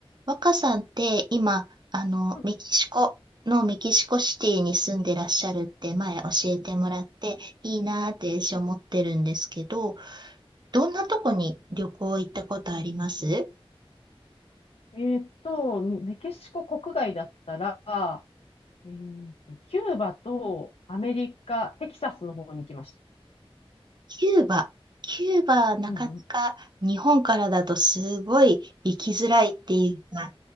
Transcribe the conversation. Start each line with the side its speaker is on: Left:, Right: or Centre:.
Right: 若さんって今、あの、
Left: うん
Right: メキシコのメキシコシティに住んでらっしゃるって前教えてもらって、いいなーって私思ってるんですけど、
Left: うん
Right: どんなとこに旅行行ったことあります
Left: えーっと、メメキシコ国外だったら、えーっと、キューバとアメリカ、テキサスの方に行きました。
Right: キューバ。キューバ、なかなか日本からだとすごい行きづらいっていうか、
Left: うんうん